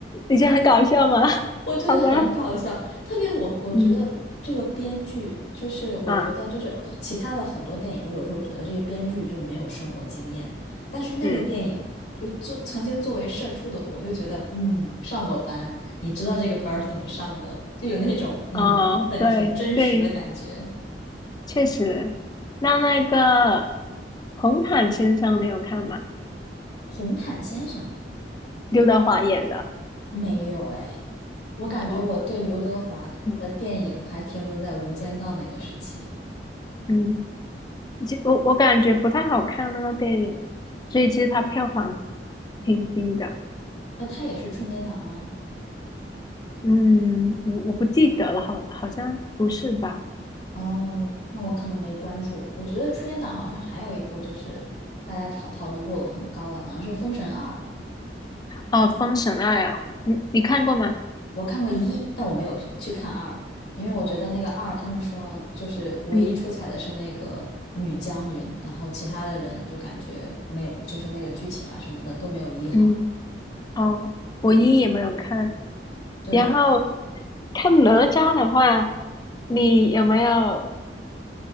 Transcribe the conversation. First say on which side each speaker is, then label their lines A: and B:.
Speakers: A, on the left; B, on the left.
A: 以前很搞笑吗？<laughs>
B: 我觉得很搞笑，
A: 好吧，
B: 特别我我觉得这个编剧就是，
A: 嗯
B: 我觉得就是和其他的很多电影，
A: 啊
B: 我有时候觉得这些编剧就没有生活经验，但是那个电影就就曾经作为社畜的我，
A: 嗯
B: 就觉得嗯，上过班，你知道这个班儿是怎么上的，就有那种嗯很很真实的感觉。
A: 哦，对对，确实。那那个红毯先生，你有看吗？
B: 红毯先生
A: 刘德华演的。
B: 没有哎，我感觉我对刘德华的电影还停留在《无间道》那个时期，
A: 哦，嗯嗯。其我我感觉不太好看那个电影，所以其实它票房挺低的。
B: 那他也是春节档吗？
A: 嗯，我我不记得了，好好像不是吧？
B: 哦，那我可能没关注。我觉得春节档好像还有一部，就是大家讨讨论度很高的，好像是《封神二》。
A: 哦，《封神二》啊，你你看过吗？
B: 我看过一，但我没有去看二，因为我觉得那个二，他们说就是唯一出彩的是那个女将军，
A: 嗯
B: 然后其他的人就感觉没，就是那个剧情啊什么的都没有一好。
A: 嗯，哦，我一也没有看。
B: 对，
A: 然后看哪吒的话，你有没有？